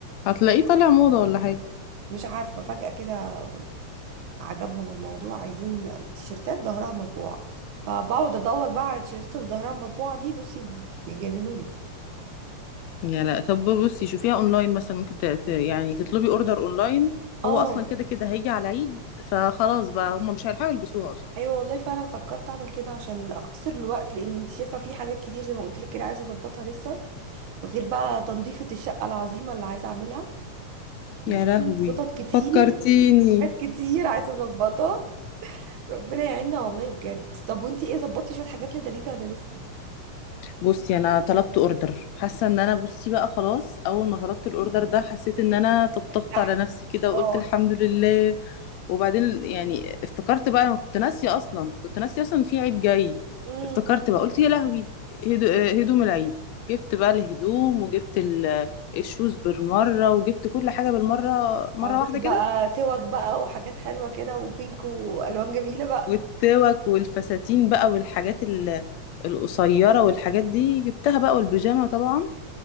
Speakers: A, on the left; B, on the right.
A: هتلاقيه طالع موضه ولا حاجه
B: مش عارفه فجاه كده عجبهم الموضوع عايزين تيشيرتات ظهرها مطبوع فبقعد ادور بقى على التيشيرتات اللي ظهرها مطبوع دي بصي بيجننوني
A: يا لا طب بصي شوفيها اونلاين مثلا ممكن ت... ت- يعني تطلبي اوردر اونلاين
B: اه
A: هو اصلا كده كده هيجي على العيد فخلاص بقى هم مش هيلحقوا يلبسوها اصلا
B: ايوه والله فعلا فكرت اعمل كده عشان اختصر الوقت لان انت شايفه في حاجات كتير زي ما قلت لك كده عايزه اظبطها لسه غير بقى تنظيفه الشقه العظيمه اللي عايزه اعملها نبقى
A: يا لهوي
B: في خطط كتير
A: فكرتيني
B: وحاجات كتير عايزة اظبطها ربنا يعيننا والله بجد طب وانتي ايه ظبطتي شوية حاجات لدليدا ولا لسه
A: بصي انا طلبت اوردر حاسه ان انا بصي بقى خلاص اول ما طلبت الاوردر ده حسيت ان انا طبطبت
B: ارتاح
A: على نفسي كده
B: اه
A: وقلت الحمد لله وبعدين يعني افتكرت بقى انا كنت ناسيه اصلا كنت ناسيه اصلا في عيد جاي
B: امم
A: افتكرت بقى قلت يا لهوي هدو- آه، هدوم العيد جبت بقى الهدوم وجبت ال- الشوز بالمره وجبت كل حاجه بالمره مره
B: عندكم
A: واحده كده
B: بقى توك بقى وحاجات حلوة كده وبينك والوان جميلة بقى
A: والتوك والفساتين بقى والحاجات ال- القصيره والحاجات دي جبتها بقى والبيجامه طبعا